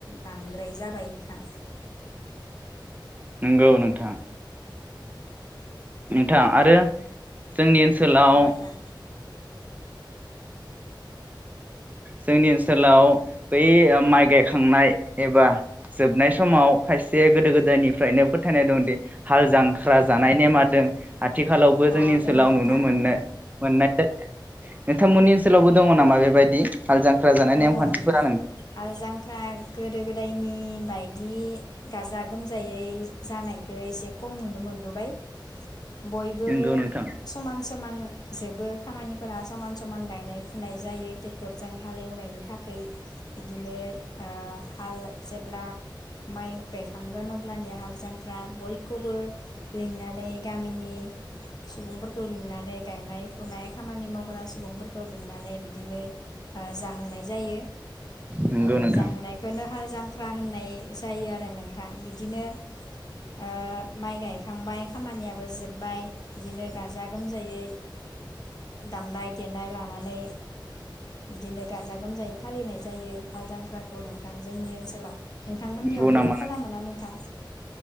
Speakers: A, on the left; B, on the right.
A: बांद्राय जाबाय नोंथां।
B: नोंगौ नोंथां। नोंथां आरो जोंनि ओनसोलाव
A: औ नोंथां
B: जोंनि ओनसोलाव बै ओ माइ गायखांनाय एबा जोबनाय समाव खायसे गोदो गोदायनिफ्रायनो फोथायनाय दंदि हाल जांख्रा जानाय नेमा दों। आथिखालावबो
A: अ
B: जोंनि ओनसोलाव
A: दोङो नोंथां
B: नुनो मोननाय
A: औ
B: मोननाय दे नोंथांमोननि ओनसोलावबो दङ नामा बेबायदि? हाल जांख्रा जानाय
A: दङ
B: नेमखान्थिफोरा
A: नोंथां हाल जांख्रा गोदो गोदायनि बायदि गाजा गोमजायै जानायखो एसे खम नुनो मोनबोबाय। बयबो
B: नंगौ नोंथां
A: समान समान जोबो। खामानिफोरा समान समान गायनाय फुनाय जायो टेक्टरजों हालेवनायनि थाखै बिदिनो ओ हाल जेब्ला माइ गायखांगोन अब्लानि हाल जांख्रा बयखौबो लिंनानै गामिनि सुबुंफोरखौ लिंनानै गायनाय फुनाय खामानि मावग्रा सुबुंफोर खौ लिंनानै बिदिनो ओ जाहोनाय जायो
B: नंगौ
A: ओ
B: नोंथां
A: जाहोनायखोनो हाल जांख्रा होननाय जायो आरो नोंथां बिदिनो ओ माइ गायखांबाय खामानिया जोबबाय बिदिनो गाजा गोमजायै दामनाय देनाय लानानै बिदिनो गाजा गोमजायै फालिनाय जायो हालजांख्राखौ नोंथां जोंनि ओनसोलाव। नोंथांमोननियावबो
B: नंगौ नामा
A: खालामोना नोंथां?